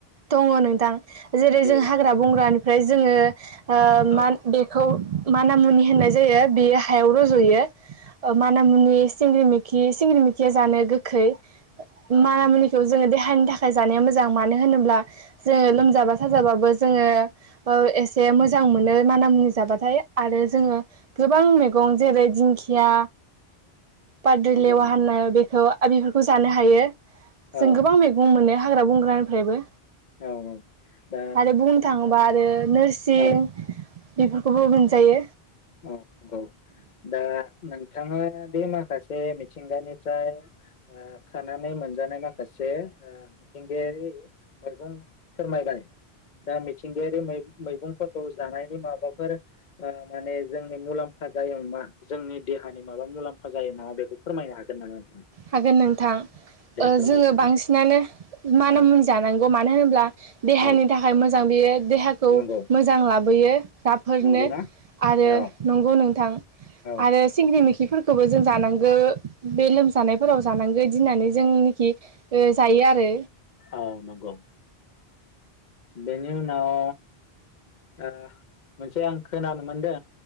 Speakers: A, on the right; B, on the left.
A: दङ नोंथां। जेरै-जों
B: दे
A: हाग्रा-बंग्रानिफ्राय जोङो ओ
B: औ
A: मा बेखौ माना-मुनि होननाय जायो, बेयो हायाव रज'यो ओ माना-मुनि, सिंग्रिमैखि, सिंग्रि मैखिया जानो गोखै।
B: औ
A: मानामुनिखौ
B: नंगौ
A: जोङो देहानि थाखा जानाया मोजां। मानो होनोब्ला जोङो लोमजाबा-साजाबाबो जोङो ओ एसे मोजां मोनो माना-मुनि जाबाथाय आरो जोङो गोबां मैगं जेरै- दिंखिया बाद्रि
B: नंगौ
A: लेवा
B: नंगौ
A: होनो बेखौ ओ बेफोरखौ जानो हायो। जों
B: औ
A: गोबां मैगं मोननो हाग्रा-बंग्रानिफ्रायबो
B: औ दा
A: आरो
B: नोंथाङा
A: बुंनो थाङोबा आरो नोरसिं
B: औ
A: बेफोरखौबो मोनजायो।
B: औ औ दा नोंथाङा बे माखासे बे मिथिंगानिफ्राय ओ‌ खानानै मोनजानाय माखासे ओ मिथिंगायारि मैगं फोरमायबाय दा मिथिंगारि मै मैगंफोरखौ जानायनि माबाफोर ओ माने जोंनि मुलाम्फा जायो नामा, जोंनि देहानि माबा मुलाम्फा जायो नामा बेखौ फोरमायनो हागोन नामा? नोंथां?
A: हागोन नोंथां।
B: दे
A: ओ
B: फोरमायसै
A: जोङो बांसिनानो माना-मुनि
B: औ
A: जानांगौ मानो होनोब्ला देहानि
B: औ
A: थाखाय मोजां बियो। देहाखौ
B: नंगौ
A: मोजां लाबोयो राफोरनो
B: नंगौना
A: आरो
B: औ
A: नंगौ नोंथां।
B: औ
A: आरो सिंग्रिमै खिफोरखौबो जों जानांगौ बे लोम जानायफोराव जानांगौ इदि होननानै जोंनिखि जायो आरो।
B: औ नंगौ। बेनि उनाव ओ मोनसे आं खोनानो मोनदों